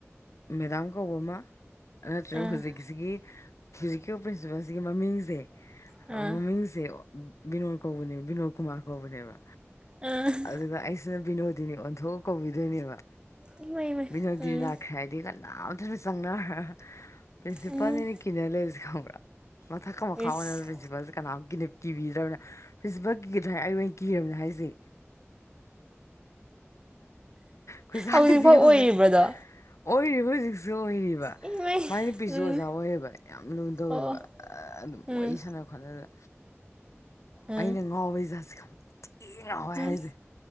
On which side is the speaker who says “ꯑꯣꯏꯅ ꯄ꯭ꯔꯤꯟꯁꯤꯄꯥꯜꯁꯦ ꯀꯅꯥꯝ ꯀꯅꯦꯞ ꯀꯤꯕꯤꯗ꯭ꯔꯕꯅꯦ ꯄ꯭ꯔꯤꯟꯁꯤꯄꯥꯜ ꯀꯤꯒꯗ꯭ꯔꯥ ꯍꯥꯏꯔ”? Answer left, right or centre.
Left